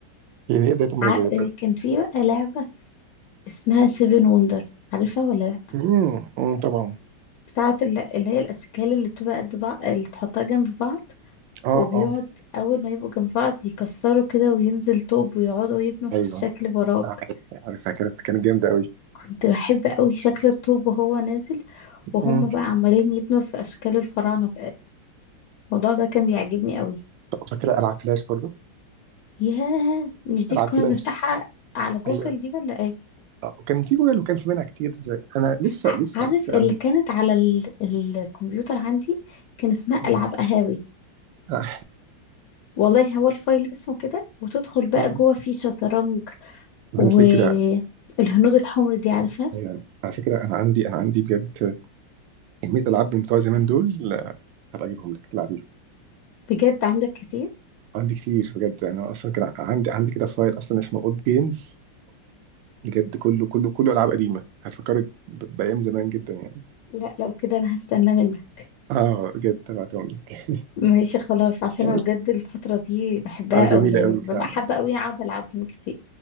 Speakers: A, on the right; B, on the left.
A: هي هي بدايه المرضيه
B: ع... آه،
A: بجد
B: كان في بقى لعبة اسمها سيفن وندر عارفها ولا لا
A: أمم، أمم، طبعا
B: بتاعة اللي اللي هي الاشكال اللي بتبقى قد بعض اللي تحطها جنب بعض
A: اه
B: وبيقعد
A: اه
B: اول ما يبقوا جنب بعض يكسروا كده وينزل طوب ويقعدوا يبنوا في
A: ايوه
B: الشكل وراك
A: عارف عارفها كانت كانت جامده قوي
B: كنت بحب قوي شكل الطوب وهو نازل وهم
A: امم
B: بقى عمالين يبنوا في اشكال الفراعنه الموضوع ده كان بيعجبني قوي
A: طب فاكره العاب فلاش برضو
B: ياه مش دي
A: العاب
B: اللي كنا
A: فلاش
B: بنفتحها على جوجل
A: ايوه
B: دي ولا ايه
A: آه، وكان في جوال وكان في منها كتير انا لسه
B: ع-
A: لسه
B: عارف
A: على فكره
B: اللي
A: عندي
B: كانت على ال... الكمبيوتر عندي كان اسمها
A: أمم.
B: العاب قهاوي
A: آه.
B: والله هو الفايل اسمه كده وتدخل بقى
A: <laughs> آه.
B: جوه فيه شطرنج
A: على
B: والهنود
A: فكره
B: الحمر دي عارفها
A: يعني على فكره انا عندي انا عندي بجد كميه العاب بتوع زمان دول هبقى اجيبهم لك تلعبيهم
B: بجد عندك كتير
A: عندي كتير بجد يعني انا اصلا كان ع- عندي عندي كده فايل اصلا اسمه اولد جيمز بجد كله كله كله العاب قديمه هتفكرك ب- بايام زمان جدا يعني
B: لا لو كده انا هستنى منك
A: اه بجد هبعتهم لك
B: ماشي خلاص عشان
A: <laughs>
B: انا بجد الفترة دي بحبها
A: اه جميله
B: قوي يعني
A: قوي
B: ببقى
A: فعلا
B: حابة قوي اقعد العب جيم كتير